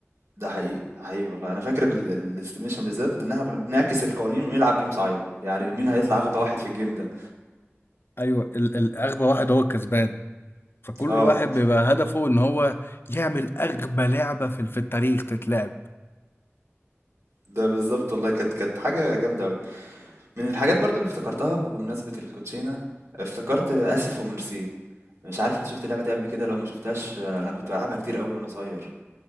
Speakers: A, on the right; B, on the left.
A: ده حقيقي حقيقي والله انا فاكر ال- ال- الاستيميشن بالذات لان احنا كنا بنعكس القوانين ونلعب جيم صعيده يعني مين هيطلع اغبى واحد في الجيم ده
B: ايوه ال- ال- اغبى واحد هو الكسبان فكل
A: اه
B: واحد بيبقى هدفه ان هو يعمل اغبى لعبة في في التاريخ تتلعب
A: ده بالظبط والله كانت كانت حاجه جامده قوي من الحاجات برضو اللي افتكرتها بمناسبه الكوتشينه افتكرت اسف وميرسي مش عارف انت شفت اللعبه دي قبل كده لو ما شفتهاش آه، انا كنت بلعبها كتير قوي وانا صغير